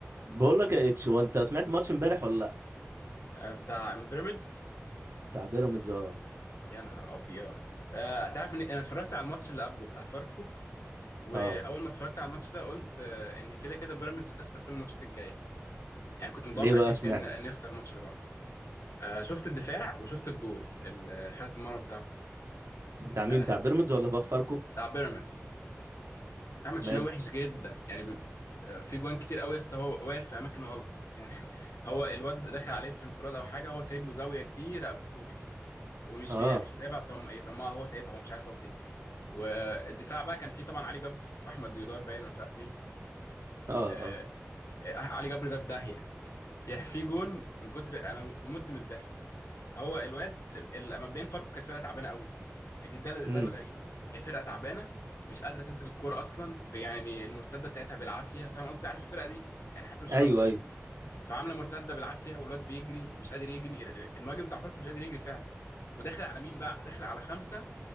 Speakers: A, on the right; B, on the left.
A: بقول لك يا اتش هو انت سمعت ماتش امبارح ولا لا
B: آه، بتاع بيراميدز
A: بتاع بيراميدز اه
B: يا نهار ابيض آه، تعرف ان انا اتفرجت على الماتش اللي قبله بتاع فاركو واول
A: اه
B: ما اتفرجت على الماتش ده قلت آه، ان كده كده بيراميدز هتخسر كل الماتشات الجايه يعني كنت متوقع
A: ليه بقى
B: كان
A: اشمعنى
B: كان نخسر الماتش اللي بعده آه، شفت الدفاع وشفت الجول ال- حارس المرمى بتاعه
A: بتاع مين
B: آه،
A: بتاع بيراميدز ولا فاخ فاركو
B: بتاع بيراميدز احمد شناوي
A: ماله
B: وحش جدا يعني آه، في جوان كتير قوي يا اسطى هو واقف في اماكن غلط يعني <laughs> هو الواد دخل عليه في انفراد او حاجه هو سايب له زاويه كبيره مفتوحه ومش
A: اه
B: بيع مش سايبها طم... طماع هو سايبها هو مش عارف هو فين والدفاع بقى كان فيه طبعا علي جبر واحمد ديودار باين ولا مش عارف مين
A: اه
B: آه...
A: اه
B: آه، آه، علي جبر ده في داهيه <laughs> يعني في جون من كتر انا مت من الضحك هو الواد ال- ال- مبدئيا فاركو كانت فرقه تعبانه قوي يعني دي ده ده
A: امم
B: الغريب هي فرقه تعبانه مش قادره تمسك الكوره اصلا ب- يعني المرتده بتاعتها بالعافيه فاهم قصدي عارف الفرقه دي يعني حتى مش
A: ايوه
B: فرقه قويه
A: ايوه
B: فعامله مرتده بالعافيه والواد بيجري مش قادر يجري ال- ال- المهاجم بتاع فاركو مش قادر يجري فعلا وداخل على مين بقى داخل على خمسه